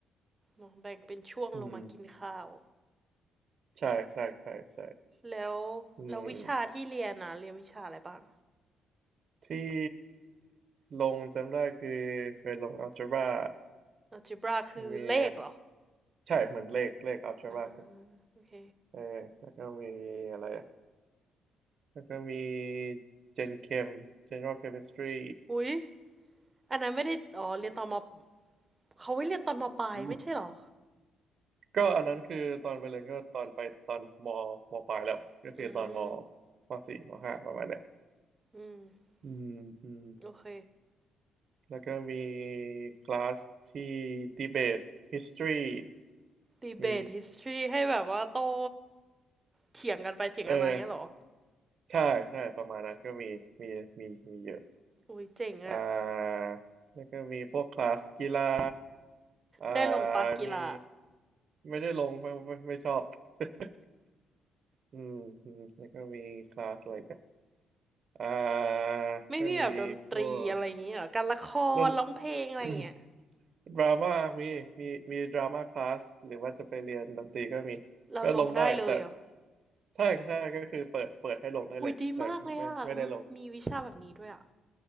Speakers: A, on the right; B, on the right.
A: เนอะแบ่งเป็นช่วงลงมากินข้าว
B: อืมใช่ใช่ใช่ใช่
A: แล้ว
B: อืม
A: แล้ววิชาที่เรียนนะเรียนวิชาอะไรบ้าง
B: ที่ลงจำได้คือเคยลงอ l g จบ r a
A: algebra คือเลขเหรอ
B: มีใช่เหมือนเลขเลขอัลจบรา
A: อ่าโอเค
B: เออแล้วก็มีอะไรอะแล้วก็มีเจนเคม General Chemistry
A: หุยอันนั้นไม่ได้อ๋อเรียนตอนมเขาไว้เรียนตอนมปลายไม่ใช่เหรอ
B: อืมก็อันนั้นคือตอนไปเรียนก็ตอนไปตอนมมปลายแล้วก็คือตอนม
A: อืม
B: มสี่มห้าประมาณเนี้ย
A: อืม
B: อืมอืม
A: โอเค
B: แล้วก็มีคลาสที่ดีเบต history
A: debate
B: มี
A: history ให้แบบว่าโต้เถียงกันไปเถียงกันมาอย่างเงี้ยเหรอ
B: เออใช่ใช่ประมาณนั้นก็มีมีมีมีเยอะ
A: อุ้ยเจ๋งอะ
B: อ่าแล้วก็มีพวกคลาสกีฬาอ่า
A: ได้ลงปะกีฬา
B: มี ไม่ได้ลงไม่ไม่ไม่ชอบ <laughs> อืมอืมแล้วก็มีคลาสอะไรกันอ่า
A: ไม่มีแบบดนตรีอะไรอย่างเงี้ยเหรอการละครร้องเพลงอะไรอย่างเงี้ย
B: ก็มีพวกดน <coughs> ดรา <coughs> ม่ามีมีมีดราม่าคลาสหรือว่าจะไปเรียนดนตรีก็มีก็ลงได้แต่
A: เราลงได้เลยเหรอ
B: ใช่ใช่ก็คือเปิดเปิดให้ลงได้เลยแต่ไม่ไม่ได้ลง
A: หุยดีมากเลยอ่ะแล้วมีวิชาแบบนี้ด้วยอ่ะ